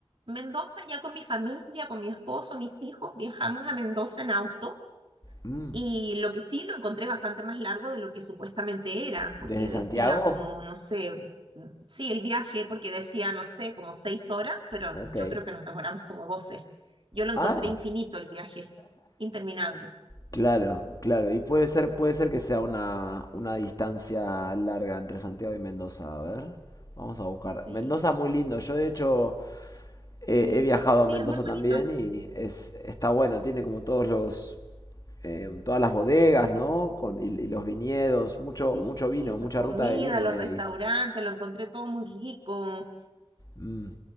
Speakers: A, on the right (about 55°); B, on the left (about 35°).
A: Mendoza, ya con mi familia, con mi esposo, mis hijos, viajamos a Mendoza en auto
B: Mm,
A: y lo que sí lo encontré bastante más largo de lo que supuestamente era,
B: ¿Desde
A: porque
B: Santiago?
A: decía como, no sé, mm, sí, el viaje, porque decía, no sé, como seis horas, pero
B: Ok.
A: yo creo que nos demoramos como doce. Yo lo encontré
B: Ah,
A: infinito el viaje, interminable.
B: claro, claro. Y puede ser, puede ser que sea una, una distancia larga entre Santiago y Mendoza. A ver, vamos a buscar.
A: Sí,
B: Mendoza muy lindo. Yo de hecho He,
A: sí,
B: he viajado
A: sí,
B: a Mendoza
A: es muy
B: también
A: bonito.
B: y es, está bueno, tiene como todos los, eh, todas las bodegas, ¿no? Con, y, y los viñedos, mucho,
A: Sí,
B: mucho vino, mucha
A: la comida,
B: ruta de vino
A: los
B: hay
A: restaurantes,
B: ahí.
A: lo encontré todo muy rico.
B: Mm,